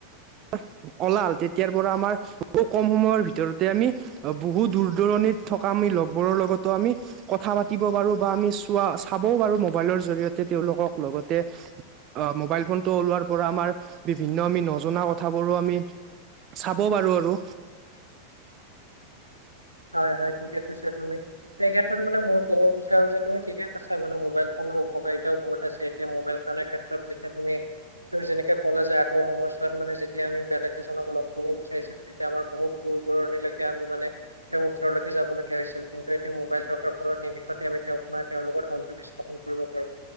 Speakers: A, on the right (about 35°); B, on the right (about 90°).
A: <unintelligible> অলাল তেতিয়াৰ পৰা আমাৰ বহু কম সময়ৰ ভিতৰতে আমি বহু দূৰ -দূৰণিত থকা আমি লগবোৰৰ লগতো আমি কথা পাতিব পাৰো বা আমি চোৱা চাবও পাৰো মবাইলৰ জৰিয়তে তেওঁওলোকক লগতে অ মোবাইল ফোনটো ওলোৱাৰ পৰা আমাৰ বিভিন্ন আমি নজনা কথাবোৰো আমি চাব পাৰো আৰু।
B: হয় হয় ঠিকে কৈছা তুমি। এই ক্ষেত্ৰত মানে মই ক'ব বিচাৰো যে তুমি ঠিকে কৈছা মানে মোবাইল ফোনৰ উপকাৰিতাও বহুত আছে। মোবাইল কানে ক্ষেত্ৰত যেতিয়া তুমি তোৰ যেনেকে ক'লে যে আগৰ সময়ছোৱাত মানে যেতিয়া আমি বেলেগ এজনক লগ কৰিব বিচাৰিছিল তেতিয়া আমাৰ বহুত দূৰ দূৰণিলেকে আমি মানে তেওঁ ওচৰলৈকে যাবলগীয়া হৈছিল কিন্তু এতিয়া মোবাইল থকাৰ ফলত নিমিষতে তেওঁক নাই তেওঁৰ লগত সংযোগ স্থাপন কৰিব পাৰ